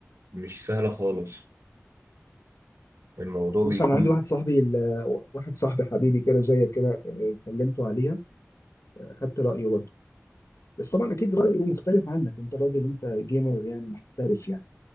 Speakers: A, on the right; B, on the left.
A: مش سهله خالص الموضوع
B: بص
A: بيكون
B: انا عندي واحد صاحبي ال- واحد صاحبي حبيبي كده زيك كده آه، كلمته عليها آه، خدت رايه برضه بس طبعا اكيد رايه مختلف عنك انت راجل انت جيمر يعني محترف يعني